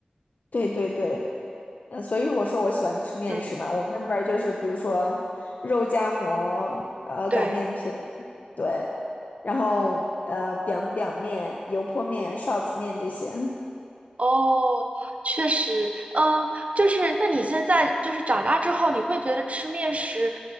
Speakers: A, on the left; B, on the right.
A: 对对对，呃，所以我说我喜欢吃面食嘛，
B: 嗯。
A: 我们那边儿就是比如说肉夹馍，呃，
B: 对，
A: 擀面皮儿，对，然后呃 b i 面、油泼面、臊子面这些，
B: 哦，确实，嗯，就是那你现在就是长大之后，你会觉得吃面食，